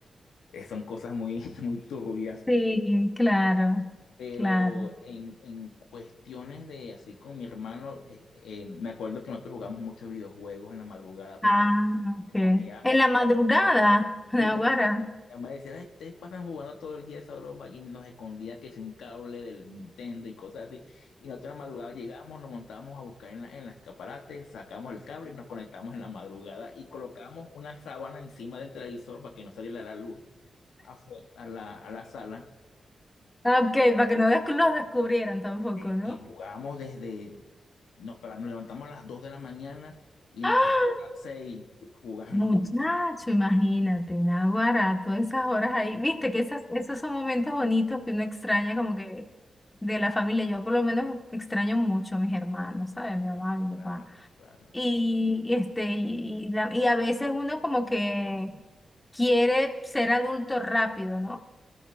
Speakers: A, on the left; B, on the left.
A: eh, son cosas muy, <laughs> muy turbias,
B: Sí, claro,
A: pero
B: claro.
A: en, en cuestiones de así con mi hermano, eh, eh, me acuerdo que nosotros jugamos muchos videojuegos en la madrugada porque
B: Ah,
A: me
B: ok.
A: escondía,
B: En la madrugada, <laughs> Naguará.
A: sí, porque mi mamá decía, "Ay, ustedes pasan jugando todo el día esa broma y nos escondía que es un cable del Nintendo y cosas así. Y nosotros en la madrugada llegamos, nos montábamos a buscar en la, en las escaparate, sacamos el cable y nos conectamos en la madrugada y colocamos una sábana encima del televisor para que no saliera la luz afuera, a la, a la sala.
B: Ah, Ok, para que no des- los descubrieran tampoco,
A: Eh,
B: ¿no?
A: Y jugábamos desde, nos, para- nos levantamos a las 2 de la mañana y
B: <gasps>
A: nos costamos las 6 jugando.
B: Muchacho, imagínate, Naguará, todas esas horas ahí. Viste que esas, esos son momentos bonitos que uno extraña como que de la familia. Yo por lo menos extraño mucho a mis hermanos, ¿sabes? A mi mamá, a mi
A: Claro,
B: papá.
A: claro.
B: Y, y este, y, y la- y a veces uno como que quiere ser adulto rápido, ¿no?